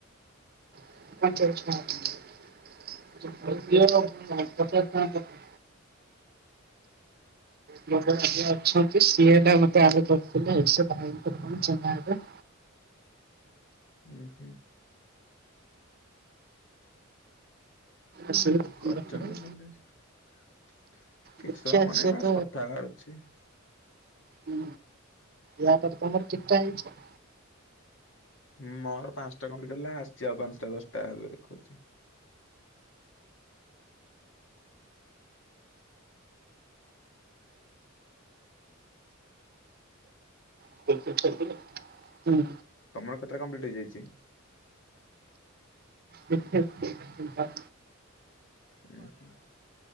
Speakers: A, on the right; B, on the left.
A: <unintelligible> <unintelligible> ଅଛନ୍ତି ସିଏ ହେଲା ମତେ ଆଡ କରିଥିଲେ ଆଉ ସେ ଭାଇଙ୍କର କଣ ଚିଂହା ହେବେ।
B: ହୁଁ ହୁଁ।
A: ଆସିବେ
B: କରଛନ୍ତି ଭଲ ହେଇଛି। କିଛି
A: ଦେଖିଆ
B: ତ କାମ
A: ସିଏ
B: ନାହିଁ ବାସ୍
A: ତ
B: କଥା ହବାର ଅ ଛି।
A: ହୁଁ ୟା ପରେ ତମର କେତଟା ହେଇଛି?
B: ହୁଁ ମୋର ପାଞ୍ଚଟା କମ୍ପ୍ଲିଟ ହେଲା। ଆସିଛି ଆଉ ପାଞ୍ଚଟା ଦଶଟା ଏବେ ଦେଖଉଛି।
A: <unintelligible> ହୁଁ।
B: ତମର କେତେଟା କମ୍ପ୍ଲିଟ ହେଇଯାଇଛି?
A: <unintelligible> ଦିଟା ତିନଟା।
B: ଉଁ ହୁଁ